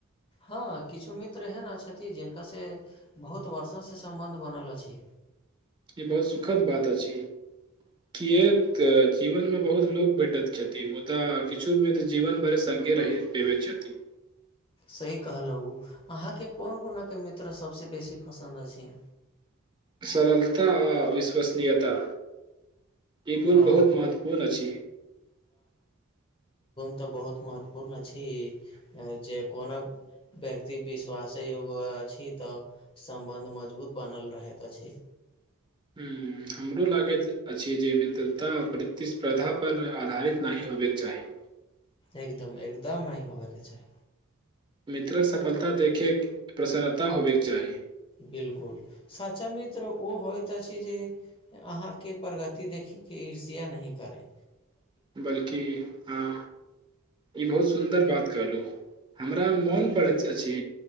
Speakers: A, on the left (about 25°); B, on the right (about 20°).
A: हँ किछु मित्र एहन छथिन जिनका से बहुत वर्षौं से सम्बन्ध बनल अछि
B: ई बहुत सुखद बात अछि कियै तऽ जीवनमे बहुत लोक भेटैत छथिन मुदा किछुमे तऽ जीवन भरे सं ंगे रहैत पबैत छथि
A: सही कहलहु अहाँके कोन गुणाके मित्र सभसँ बेसी पसन्द अछि
B: सरलता आ विश्वसनीयता ई गुण
A: हँ
B: बहुत महत्वपूर्ण अछि
A: त बहुत महत्वपूर्ण अछि जे कोना व्यक्ति विश्वासे एगो अछि तऽ सम्बन्ध मजबूत बनल रहैत अछि
B: <inaudible> ह हमरो लागैत अछि जे मित्रता प्रतिस्पर्धा पर आधारित नहि हो बैके चाही
A: एकदम एकदम नहि होबे के चाहि
B: मित्रक सफलता देखैके प्रसन्नता होबेके चाही
A: बिलकुल सच्चा मित्र ओ होइत अछि जे अहाँके प्रगति देखि के इर्ष्या नहि करे
B: बल्कि हँ ई बहुत सुन्दर बात कहलहु हमरा मोन पड़ैत अछि